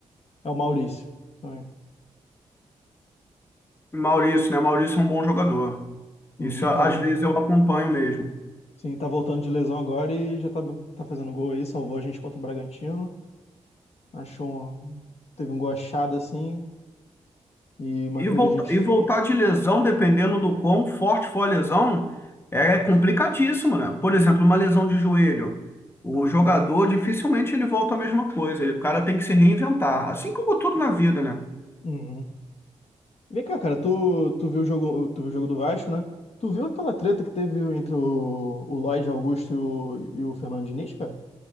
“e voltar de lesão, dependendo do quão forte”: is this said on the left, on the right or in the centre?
Left